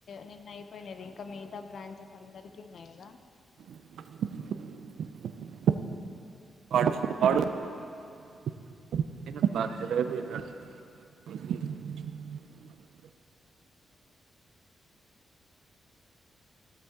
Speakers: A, on the left (about 50°); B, on the right (about 85°).
A: నిన్న అయిపోయినాయి. ఇంకా మిగతా బ్రాంచెస్ అందరికి కింన్నా ఎదా
B: పా ప ఏ దస్చ ఎ